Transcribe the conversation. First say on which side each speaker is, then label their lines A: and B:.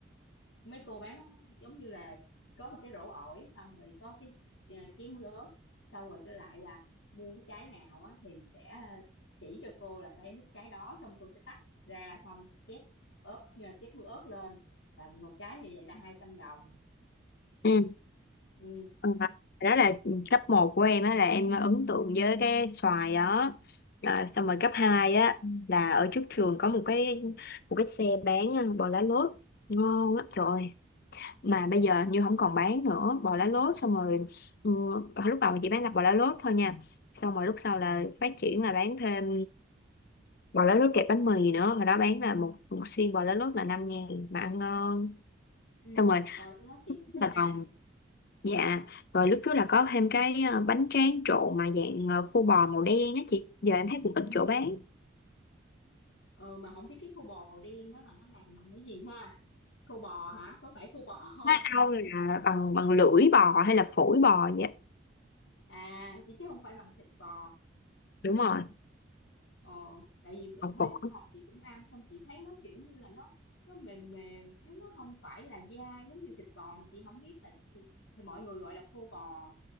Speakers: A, on the left (about 75°); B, on the left (about 50°).
A: mấy cô bán giống như là có một cái rổ ổi xong rồi có cái à, chén ớt xong rồi cái lại là mua cái trái nào á, thì sẽ à, chỉ cho cô là lấy cái trái đó xong cô sẽ tách ra xong chét ớt nhờ chét muối ớt lên là một trái như vậy là hai trăm đồng
B: ừ
A: ừ
B: ừ. đó là cấp một của em á là em ấn tượng với cái xoài đó à, xong rồi cấp 2 á là ở trước trường có một cái một cái xe bán ờ, bò lá lốt ngon lắm trời mà bây giờ như không còn bán nữa bò lá lốt xong rồi ừ, lúc đầu mình chỉ bán là bò lá lốt thôi nha xong rồi lúc sau là phát triển là bán thêm bò lá lốt kẹp bánh mì nữa hồi đó bán là một, một xiên bò lá lốt là 5 ngàn mà ăn ngon
A: ừ
B: xong rồi
A: và đó chị cũng thích
B: là
A: ăn
B: còn dạ rồi lúc trước là có thêm cái ờ, bánh tráng trộn mà dạng ờ, khô bò màu đen á chị giờ em thấy cũng ít
A: ừ
B: chỗ bán
A: ờ mà không biết cái khô bò màu đen đó là nó làm bằng cái gì ha khô bò hả có phải khô bò không
B: nó đâu là bằng bằng lưỡi bò hay là phổi bò vậy
A: <laughs> à chứ chứ không phải bằng thịt bò
B: đúng rồi
A: Ờ, tại vì b-
B: còn
A: mấy
B: phổi
A: hồi chị cũng ăn xong chị thấy nó kiểu như là nó nó mềm mềm chứ nó không phải là dai giống như thịt bò mà chị không biết là s- thì mọi người gọi là khô bò